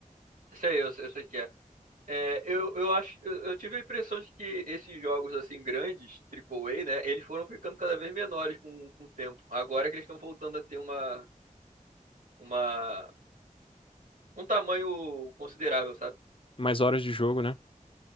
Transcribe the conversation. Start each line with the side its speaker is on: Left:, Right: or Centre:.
Right: Sei, eu, eu sei que é. É, eu, eu acho, eu, eu tive a impressão de que esses jogos assim grandes, triplo A, né, eles foram ficando cada vez menores com, com o tempo. Agora que eles estão voltando a ter uma, uma, um tamanho considerável, sabe?
Left: Mais horas de jogo, né?